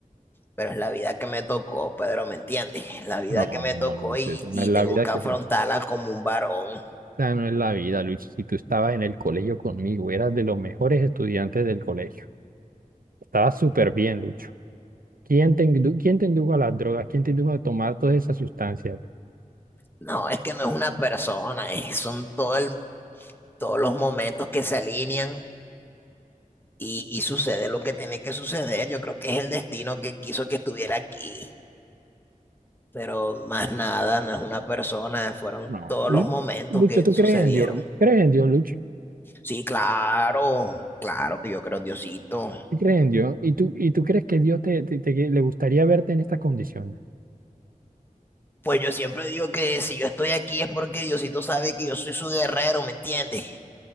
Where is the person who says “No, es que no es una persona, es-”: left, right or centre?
Left